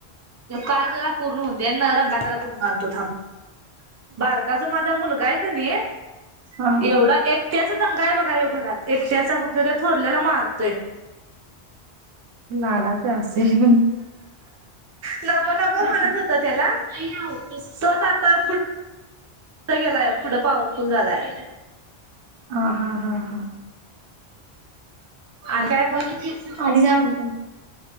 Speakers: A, on the right; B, on the right.
A: काल जरा पूर्ण होते ना रंगा जरा पूर्ण आणतो थांब बारका जो माझा मुलगा आहे क नाई
B: हा
A: एवढा
B: हा
A: एक तेच दंगा आहे बघा यो घरात, एकट्याचा फक्त त्या थोरल्याला मारतोय.
B: लाडा तर अस असे
A: नको नक
B: हा
A: म्हणत होत त्याला तोच आता गेलाय पुढं पॉवरफुल झालाय
B: ह हा हा हा
A: आणी काय मग.
B: आणि काय म्हणते